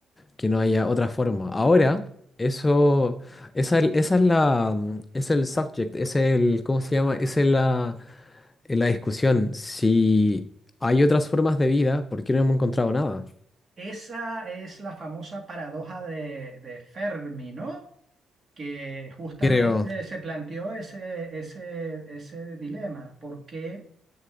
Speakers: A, on the left (about 25°); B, on the right (about 40°).
A: que no haya otra forma. Ahora, eso, esa, esa es la, mm, es el subject, es el, ¿cómo se llama? Es la, la discusión. Si hay otras formas de vida, ¿por qué no hemos encontrado nada?
B: Esa es la famosa paradoja de, de Fermi, ¿no? que justamente
A: Creo.
B: se planteó ese, ese, ese dilema. ¿Por qué,